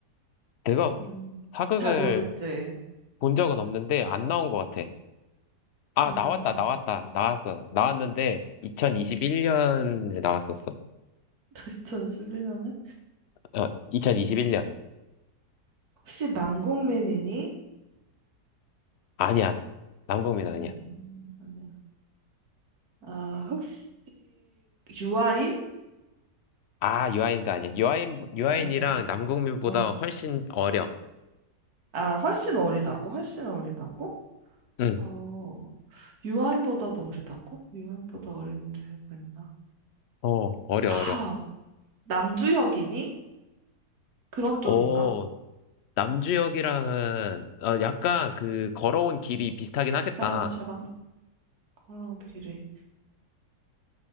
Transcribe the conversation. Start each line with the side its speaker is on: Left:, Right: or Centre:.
Left: 내가
Right: 음,
Left: 사극을
Right: 잘 모르겠지.
Left: 본 적은 없는데 안 나온 것 같아. 아,
Right: 안
Left: 나왔다,
Right: 나온 것
Left: 나왔다,
Right: 같아. <laughs>
Left: 나왔어. 나왔는데 2021년에 나왔었어.
Right: 2011년에?
Left: 어, 2021년.
Right: 혹시 남국민이니
Left: 아니야. 남궁민 아니야.
Right: 아니요, 아니요. 아, 혹시 유아인?
Left: 아, 유아인도 아니야. 유아인, 유아인이랑
Right: 아니야.
Left: 남궁민보다
Right: 어.
Left: 훨씬 어려.
Right: 아, 훨씬 어리다고? 훨씬 어리다고?
Left: 응.
Right: 어. 유아인보다도 어리다고? 유아인보다 어린 배우가 있나?
Left: 어, 어려,
Right: 아,
Left: 어려.
Right: 남주혁이니? 그런 쪽인가?
Left: 오, 남주역이랑은 어, 약간 그 걸어온 길이 비슷하긴 하겠다.
Right: 샤방샤방 헐렁비리